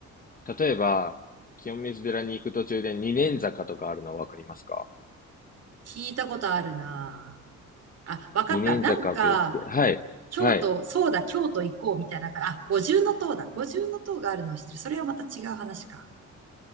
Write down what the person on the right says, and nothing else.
聞いたことあるな。あ、わかった。
なんか、
京都、
そうだ、京都行こうみたいなあ、五重の塔だ。五重の塔があるのを知ってる。それはまた違う話か。